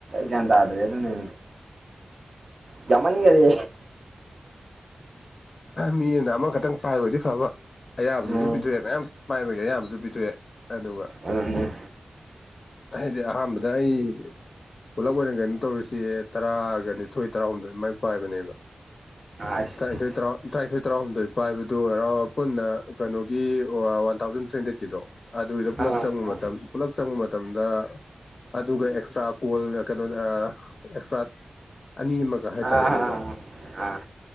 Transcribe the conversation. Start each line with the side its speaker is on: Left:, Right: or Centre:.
Right: ꯒ꯭ꯌꯥꯟ ꯇꯥꯗ꯭ꯔꯦ ꯑꯗꯨꯅ ꯇ ꯃꯟꯒꯔꯦ
Left: ꯃꯤ ꯑꯅ ꯑꯃꯈꯛꯇꯪ ꯄꯥꯏꯕꯗꯤ ꯐꯕ ꯑꯌꯥꯕꯗꯨꯁꯨ
Right: ꯎꯝ
Left: ꯄꯤꯊꯣꯛꯑꯦ ꯃꯌꯥꯝ ꯃꯥꯏꯕꯒꯤ ꯑꯌꯥꯝꯕꯁꯨ ꯄꯤꯊꯣꯛꯑꯦ ꯑꯗꯨꯒ
Right: ꯑꯗꯨꯅꯦ
Left: ꯍꯥꯏꯗꯤ ꯑꯍꯥꯟꯕꯗ ꯑꯩ ꯄꯨꯂꯞ ꯑꯣꯏꯅ ꯀꯩꯅ ꯇꯧꯔꯤꯁꯦ ꯇꯔꯥꯒ ꯅꯤꯊꯣꯏ ꯇꯔꯥꯍꯨꯝꯗꯣꯏ ꯑꯗꯨꯃꯥꯏꯅ ꯄꯥꯏꯕꯅꯦꯕ
Right: ꯑꯁ
Left: ꯇꯔꯥꯅꯤꯊꯣꯏ ꯇꯔ ꯇꯔꯥꯅꯤꯊꯣꯏ ꯇꯔꯥꯍꯨꯝꯗꯣꯏ ꯄꯥꯏꯕꯗꯨ ꯍꯔꯥꯎ ꯄꯨꯟꯅ ꯀꯩꯅꯣꯒꯤ ꯋꯥꯟ ꯊꯥꯎꯖꯟ ꯊ꯭ꯔꯤ ꯍꯟꯗ꯭ꯔꯦꯠꯀꯤꯗꯣ ꯑꯗꯨꯒꯤꯗꯣ ꯄꯨꯂꯞ
Right: ꯑꯥ
Left: ꯆꯪꯕ
Right: ꯑꯥ
Left: ꯃꯇꯝ ꯄꯨꯂꯞ ꯆꯪꯕ ꯃꯇꯝ ꯃꯇꯝꯗ ꯑꯗꯨꯒ ꯑꯦꯛꯁꯇ꯭ꯔꯥ ꯀꯣꯜ ꯀꯩꯅꯣꯗ ꯑꯦꯛꯁꯇ꯭ꯔꯥ ꯑꯅꯤ ꯑꯃꯒ ꯍꯥꯏꯇꯥꯔꯦꯅꯦꯀꯣꯥꯟ
Right: ꯑꯥ ꯑꯥ